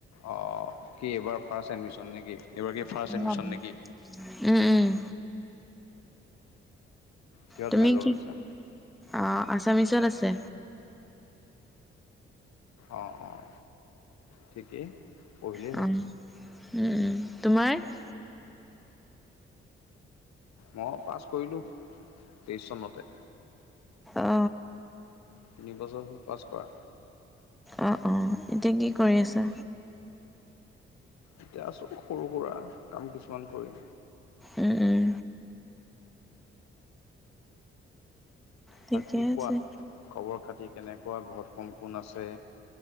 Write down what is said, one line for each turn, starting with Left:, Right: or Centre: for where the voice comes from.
Left: অ কি এইবাৰ ফাৰ্ষ্ট এডমিশন নেকি? এইবাৰ
Centre: অ
Left: কি ফাৰ্ষ্ট এডমিশ্যন
Centre: উম
Left: নেকি
Centre: উম।
Left: কিহত
Centre: তুমি
Left: মেজৰ
Centre: কি,
Left: লৈছা
Centre: অ আছামিছত আছে।
Left: অঁ অঁ ঠিকেই। পঢ়িলেই
Centre: অঁ
Left: হ'ল
Centre: উম উম তোমাৰ?
Left: মই পাছ কৰিলো তেইশ চনতে
Centre: অ।
Left: তিনি বছৰ হ'ল পাছ কৰা
Centre: অ অ এতিয়া কি কৰি আছা
Left: এতিয়া আছোঁ সৰু সুৰা কাম কিছুমান কৰি
Centre: উম, উম, ঠিকে
Left: বাকি
Centre: আছে।
Left: কোৱা খবৰ খাতি কেনেকুৱা ঘৰত কোন কোন আছে